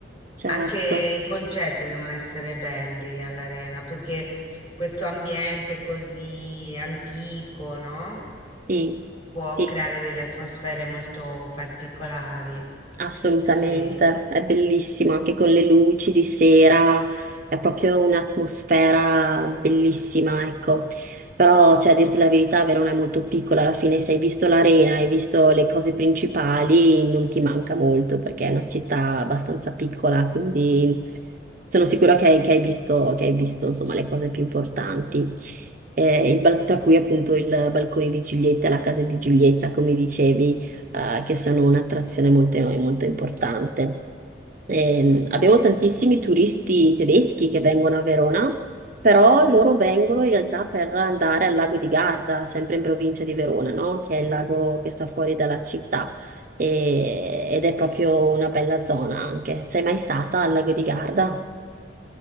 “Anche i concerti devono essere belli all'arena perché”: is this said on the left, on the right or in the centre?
Left